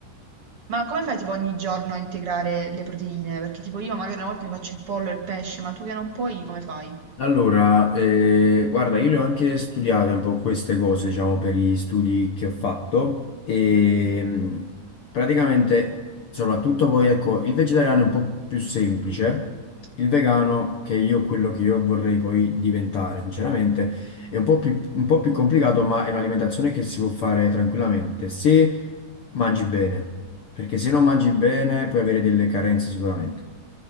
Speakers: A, on the right; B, on the left.
A: Ma come fai tipo ogni giorno a integrare le proteine? Perché tipo io magari una volta mi faccio il pollo e il pesce, ma tu che non puoi, come fai?
B: Allora, eh, guarda, io le ho anche studiate un po' queste cose, diciamo, per gli studi che ho fatto e
A: Mm.
B: mh, praticamente, soprattutto poi, ecco, il vegetariano è un po' più semplice, il vegano, che io quello che io vorrei poi diventare, sinceramente, è un po' più, un po' più complicato, ma è un'alimentazione che si può fare tranquillamente se mangi bene, perché se non mangi bene puoi avere delle carenze sicuramente.